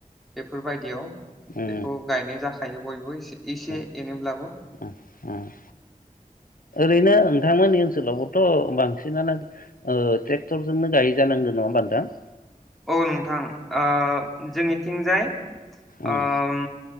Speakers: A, in the centre; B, on the left.
A: बेफोरबायदियाव
B: उम
A: बेखौ गायनाय जाखायो बयबो इसे
B: उम
A: एनैब्लाबो
B: उम ओरैनो नोंथांमोननि ओनसोलावबोथ बांसिनानो ट्रेक्टरजोंनो गायो जानांगौ नङा होनबा नोंथां
A: औ नोंथां आ जोंनिथिंजाय
B: उम
A: ओम